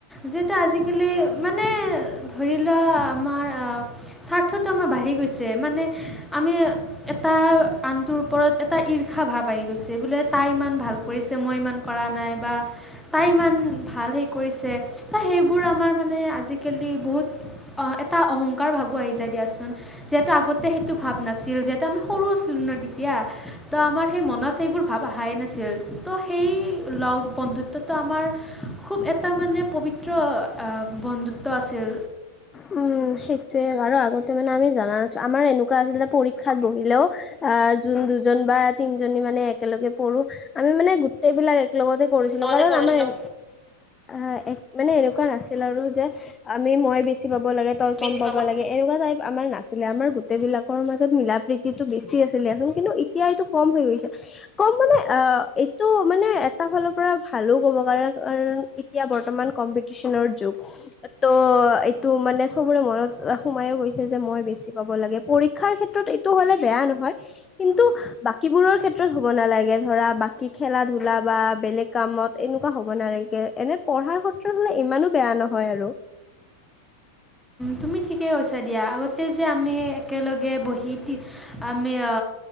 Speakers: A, in the centre; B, on the left.
A: যিহেতু আজিকালি মানে ধৰিলোৱা আমাৰ আমাৰ আ স্বাৰ্থটো আমাৰ বাঢ়ি গৈছে মানে আমি এটা আন ওপৰত এটা ঈৰ্ষা ভাৱ আহি গৈছে বোলে তাই ইমান ভাল কৰিছে মই ইমান কৰা নাই বা তাই ইমান ভাল হে কৰিছে তাই সেইবোৰ আমাৰ মানে আজিকালি বহুত অ, এটা অহংকাৰ ভাবো আহি যায় দিয়াচোন যিহেতু আগতে সেইটো ভাৱ নাছিল যিহেতু আমি সৰু আছিলো। ন দিতিয়া ত আমাৰ সেই মনত সেইবোৰ ভাব আহাই নাছিল ত সেই লগ বন্ধুত তেতিয়া আমাৰ খুব এটা মানে পবিত্ৰ বন্ধুত্ব আছিল।
B: উম উম, সেইটোৱে আৰু আগতে মানে আমি জানা নাছিলো আমাৰ এনেকুৱা আছিল যে পৰীক্ষাত বহিলেও আ যো যোন দুজন বা তিনজনী মানে একেলগে পঢ়ো আমি মানে গোটেইবিলাক এক লগতে কৰিছিলো
A: লগতে
B: কাৰণ
A: কৰিছিলোঁ
B: আমাৰ এনে অ এক মানে এনেকুৱা নাছিল আৰু যে আমি মই বেছি পাব লাগে তই
A: বেছি
B: গম পাব
A: বাবদ
B: লাগে এনেকুৱা টাইপ আমাৰ নাথাকে আমাৰ গোটেই বিলাকৰ মাজত মিলা প্ৰীতিটো বেছি আছিলেোন কিন্তু এতিয়া এইটো কম হৈ গৈছে কম মানে আ এইটো মানে এটা ফালৰ পৰা ভালো কব কাৰ কাৰণ এতিয়া বৰ্তমান কম কম্পিটিছনৰ যুগ টো এইটো মানে চবৰে মনত সোমাইয়ো গৈছে যে মই বেছি পাব লাগে পৰীক্ষাৰ ক্ষেত্ৰত এইটো হলে বেয়া নহয় কিন্তু বাকীবোৰৰ ক্ষেত্ৰত হ'ব নালাগে ধৰা বাকী খেলা ধূলা বা বেলেগ কামত এনে এনেকুৱা হব নালাগে এনে পঢ়াৰ সত্ৰ হলে ইমানো বেয়া নহয় আৰু
A: তুমি ঠিকে কৈছা দিয়া আগতে যে আমি একেলগে বহি আমি অ